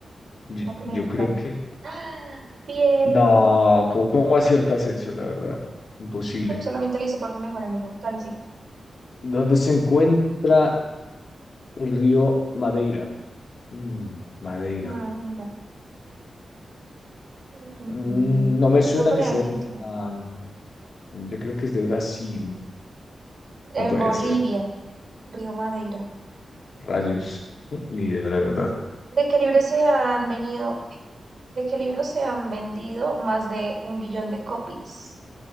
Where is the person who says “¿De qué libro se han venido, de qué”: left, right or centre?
Right